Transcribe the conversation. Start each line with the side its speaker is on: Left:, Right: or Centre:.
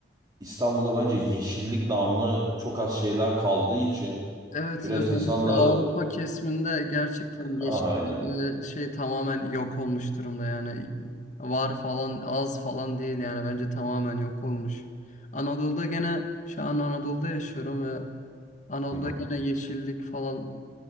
Right: İstanbul'da bence yeşillik namına çok az şeyler kaldığı için
Left: Evet,
Right: biraz
Left: özellikle
Right: insan da
Left: Avrupa kesiminde gerçekten yeşillik
Right: aynı.
Left: e, şey tamamen yok olmuş durumda yani var falan az falan değil yani bence tamamen yok olmuş. Anadolu'da gene şu an Anadolu'da yaşıyorum ve Anadolu'da
Right: Hı hı.
Left: gene yeşillik falan